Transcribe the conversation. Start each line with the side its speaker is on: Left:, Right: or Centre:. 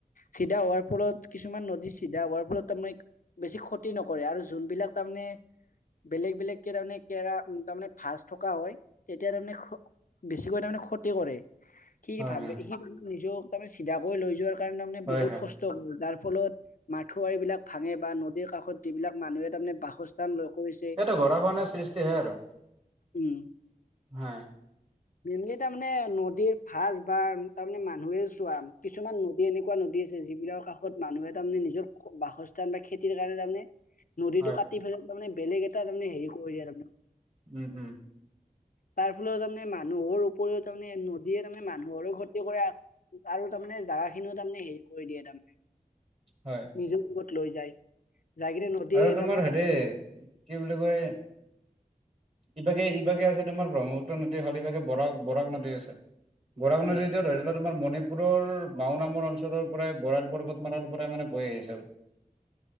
Left: চিধা হোৱাৰ ফলত কিছুমান নদী চিধা হোৱাৰ ফলত তাৰমানে বেছি ক্ষতি নকৰে, আৰু যোনবিলাক তাৰমানে বেলেগ-বেলেগকে তাৰমানে <inaudible> তেৰা উ তাৰ মানে ভাজ থকা হয়, তেতিয়া তাৰমানে বেছিকৈ তাৰমানে ক্ষতি কৰে। সি
Right: হয়
Left: ভাবে
Right: হয়
Left: সি নিজক তাৰমানে চিধা কৰি লৈ যোৱাৰ কাৰণে তাৰমানে
Right: হয়
Left: বহুত
Right: হয়
Left: কষ্ট কৰে তাৰ ফলত মাথোৱাৰি বিলাক ভাঙে বা নদীৰ কাষত যিবিলাক মানুহে তাৰমানে বাসস্থান লৈ কৰিছে।
Right: এইটো গৰাখহনীয়াৰ সৃষ্টি হয় আৰু <unintelligible>
Left: উম।
Right: হা।
Left: এনে তাৰমানে নদীৰ ভাঁজ বা তাৰমানে মানুহে চোৱা কিছুমান নদী এনেকুৱা নদী আছে যি এইবিলাকৰ কাষত মানুহে তাৰমানে নিজৰ বাসস্থ তামণে খেতিৰ কাৰণে, তাৰমানে নদীটো
Right: হয়
Left: কাটি পেলাই তাৰমানে বেলেগ এটা তাৰমানে হেৰি কৰি দিয়ে তাৰমান
Right: উম। উম।
Left: তাৰ ফলত তাৰমানে মানুহৰ উপৰিও তাৰমানে নদীয়ে তাৰমানে মানুহৰো ক্ষতি কৰে। আৰু তাৰমানে জাগা খিনিও তাৰমানে হেৰি কৰি দিয়ে তাৰমানে।
Right: হয়
Left: নিজেও লগত লৈ যায়। যাই কিনে নদীৰ
Right: আৰু তোমাৰ
Left: তাৰমানে
Right: হেৰি কি বুলি কয় ইপাকে-ইপাকে আছে তোমাৰ ব্ৰহ্মপুত্ৰ নদীৰ ভাগ, ইপাকে বৰাক-বৰাক নদী আছে। বৰাক
Left: উম
Right: নদীটো ধৰি লওক, তোমাৰ মণিপুৰৰ মাও নামৰ অঞ্চলৰ পৰাই, বৰাইল পৰ্বত মালাৰ পৰাই মানে বৈ আহিছে।